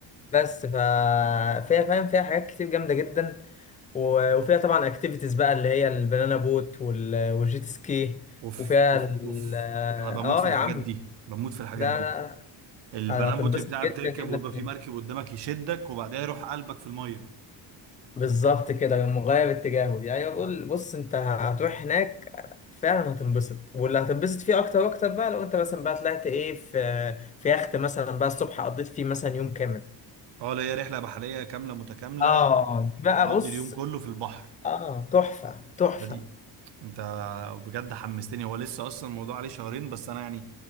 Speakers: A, on the left; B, on the right.
A: بس ف فيها فاهم فيها حاجات كتير جامده جدا و- وفيها طبعا اكتيفيتيز بقى اللي هي البنانا بوت وال- والجيت سكي
B: اوف
A: وفيها
B: اوف
A: ال...
B: اوف انا بموت
A: اه
B: في الحاجات
A: يا عم
B: دي بموت في الحاجات
A: لا
B: دي
A: لا
B: البنان
A: لا، هتنبسط
B: بوت بتاعها
A: جدا
B: بتركب
A: جدا
B: ويبقى
A: هناك.
B: في مركب قدامك يشدك وبعدها يروح قلبك في المية
A: بالظبط كده مغاير اتجاهه دي ايوه بقول بص انت هتروح هناك فعلا هتنبسط واللي هتنبسط فيه اكتر واكتر بقى لو انت مثلا بقى طلعت ايه في في يخت مثلا بقى الصبح قضيت فيه مثلا يوم كامل
B: اه اللي هي رحلة بحرية كاملة متكاملة
A: اه دي بقى
B: اقضي
A: بص
B: اليوم كله في البحر
A: اه تحفه تحفه
B: ده دي انت بجد حمستني هو لسه اصلا الموضوع عليه شهرين بس انا يعني